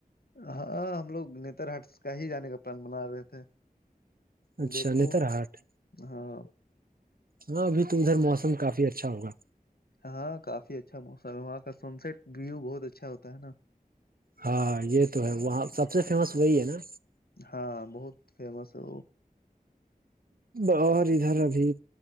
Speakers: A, on the left; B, on the right.
A: ہاں ہم لوگ نتر ہٹ کا ہی جانے کا پلان بنا رہے تھے
B: اچھا
A: دیکھو
B: نتر ہاٹ
A: ہاں
B: ہاں ابھی تو ادھر موسم کافی اچھا ہوگا
A: ہاں کافی اچھا موسم ہے وہاں کا سن سٹ ویو بہت اچھا ہوتا ہے نا
B: ہاں یہ تو ہے وہاں سب سے فیمس وہی ہے نا
A: ہاں بہت فمس ا
B: اور ادھر ابھی